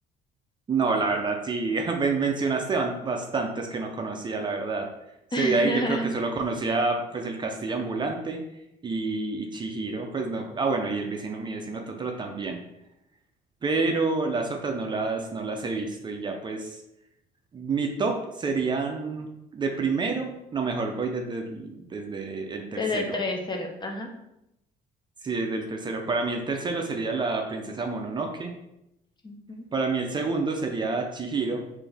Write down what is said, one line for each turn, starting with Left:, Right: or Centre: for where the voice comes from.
Right: No, la verdad, sí, <laughs> men- mencionaste ban- bastantes que no conocía, la verdad. Ese
Left: <laughs>
Right: de ahí yo creo que solo conocía pues el Castillo Ambulante y, y Chihiro, pues no. Ah, bueno, y el vecino, mi vecino Totoro también. Pero las otras no las, no las he visto y ya pues mi top serían de primero, no mejor, voy desde, el- desde el
Left: Desde
Right: tercero.
Left: el tres cero Ajá.
Right: Sí, desde el tercero. Para mí el tercero sería la Princesa Mononoke.
Left: Ujú.
Right: Para mí el segundo sería Chihiro,